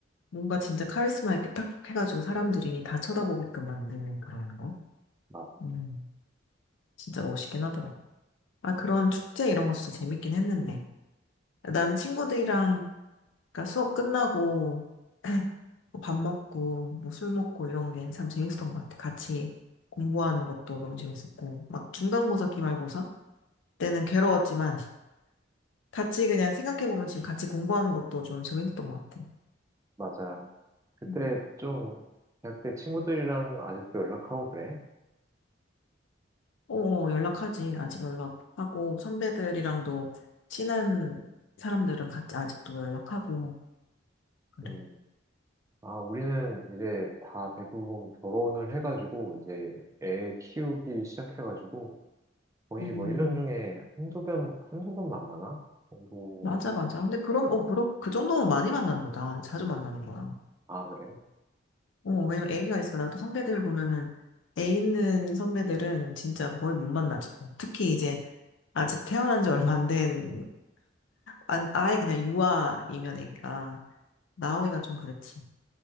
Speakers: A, on the left; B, on the right.
A: 뭔가 진짜 카리스마 있게 딱 해가지고 사람들이 다 쳐다보게끔 만드는 그런 거.
B: 맞아.
A: 음, 진짜 멋있긴 하더라. 아, 그런 축제 이런 거 진짜 재밌긴 했는데. 나는
B: 음,
A: 친구들이랑, 그러니까 수업 끝나고, <clears throat> 뭐밥 먹고, 뭐 술 먹고 이런 게 참 재밌었던 것 같아. 같이 공부하는 것도 너무 재밌었고. 막 중간고사, 기말고사 때는 괴로웠지만, 같이 그냥 생각해보면 지금 같이 공부하는 것도 좀 재밌었던 것 같아.
B: 맞아. 그때
A: 음.
B: 좀, 대학 때 친구들이랑 아직도 연락하고 그래?
A: 어, 연락하지. 아직 연락하고, 선배들이랑도 친한 사람들은 같이 아직도 연락하고, 그래.
B: 음. 아, 우리는 이제 다 대부분 결혼을 해가지고, 이제 애 키우기 시작해가지고, 거의
A: 음,
B: 뭐 1년 중에 한두 번, 한두 번 만나나? 정도.
A: 맞아, 맞아. 근데 그럼, 어, 그렇, 그 정도면 많이 만나는 거다. 자주 만나는 거야.
B: 아, 그래?
A: 어, 왜냐면 애기가 있으니까 나도 선배들 보면은 애 있는 선배들은 진짜 거의 못 만나지. 뭐. 특히 이제 아직 태어난 지 얼마 안 된, 안- 아예 그냥 유아이면 애기가 나오기가 좀 그렇지.